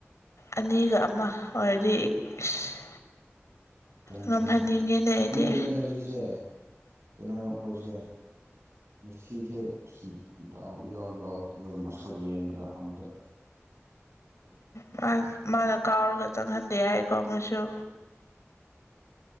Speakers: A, on the left; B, on the right.
A: ꯑꯅꯤꯒ ꯃ ꯑꯣꯏꯔꯗꯤ ꯏꯁ
B: ꯆꯟꯒꯅꯤ
A: ꯉꯝꯍꯟꯅꯤꯡꯉꯦꯅꯦ
B: ꯆꯟꯒꯅꯤ
A: ꯑꯩꯗꯤ
B: ꯈꯪꯗꯦꯅꯦ ꯉꯁꯤꯁꯦ ꯀꯩꯅꯣ ꯍꯣꯏꯁꯦ ꯃꯦꯁꯤꯁꯦ ꯑꯁ ꯗꯥꯎ ꯏꯌꯥꯎ ꯌꯥꯎꯗꯕ ꯃꯁꯛ ꯌꯦꯡꯕꯗ ꯑꯝꯇ <inaudible>
A: ꯃꯥꯅ ꯃꯥꯅ ꯀꯥꯎꯔꯒ ꯆꯪꯍꯟꯗꯦ ꯍꯥꯏꯀꯣ ꯑꯃꯁꯨ